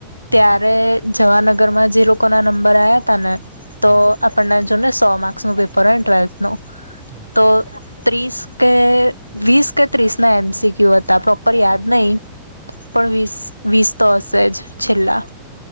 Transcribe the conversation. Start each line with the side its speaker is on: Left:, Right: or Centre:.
Right: હમ
Left: ત્યારે જવાનગર. ઘરમાં જે લોકો. કોના નંબર આ્યા તને. તો
Right: હમ
Left: આપણને. ને સો માર્ક્સનું પેપર હો ટ્વેલ્થ નું.
Right: હમ
Left: તો. ત્રીસ કે વીસ કે ત્રીસ ના એમસીક્યુ હતા પ્રોપર યાદ નહીિ પણ વીસ વીસ તો હશે જ છેલ્લા